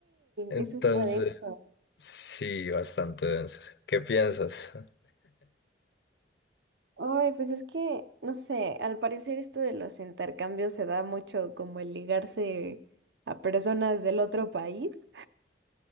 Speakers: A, on the left (about 65°); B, on the right (about 70°).
A: Entonces,
B: eso está denso.
A: sí, bastante denso. ¿Qué piensas?
B: Ay, pues es que, no sé, al parecer esto de los intercambios se da mucho como el ligarse a personas del otro país.